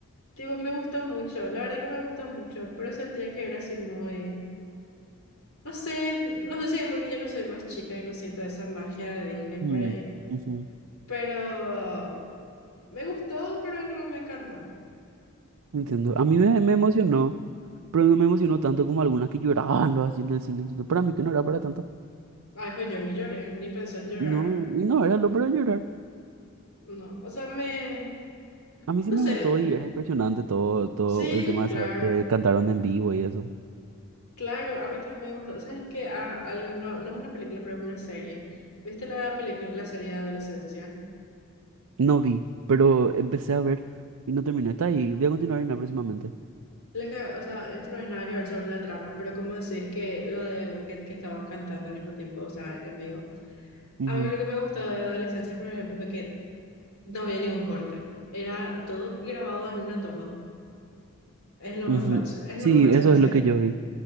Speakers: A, on the left; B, on the right.
A: Tipo, me gustó mucho, la verdad que me gustó mucho, pero sentía que era así muy No sé, no sé si es porque ya no soy más chica y no siento esa magia de Disney por
B: Mm,
A: ahí.
B: ujú,
A: Pero me gustó, pero no me encantó.
B: Entiendo. A mí me, me emocionó, pero no me emocionó tanto como algunas que lloraban lo así en el cine. Entonces, Para mí que no era para tanto.
A: Ay, jo, yo ni lloré, ni pensé en llorar.
B: No,
A: No,
B: y no era lo para llorar.
A: no, o sea, me...
B: A mí
A: No
B: sí me
A: sé.
B: gustó y era impresionante todo, todo
A: Sí,
B: el tema de
A: claro.
B: saber que cantaron en vivo y eso.
A: Claro, a mí también me gustó. ¿Sabes qué? Ah, algo, no, no es una película, pero es una serie. ¿Viste la película, la serie de adolescencia?
B: No vi, pero empecé a ver y no terminé. Está ahí, voy a continuar en la próximamente.
A: La que, o sea, esto no es nada que ver sobre la trama, pero como decís que lo de Wicked que estaban cantando al mismo tiempo, o sea, en vivo.
B: Ujú,
A: A mí lo que me gustó de adolescencia, por ejemplo, fue que no había ningún corte. Era todo grabado en una toma. Es lo
B: ujú.
A: más facho, es
B: Sí,
A: lo más facho
B: eso
A: de la serie.
B: es lo que yo vi.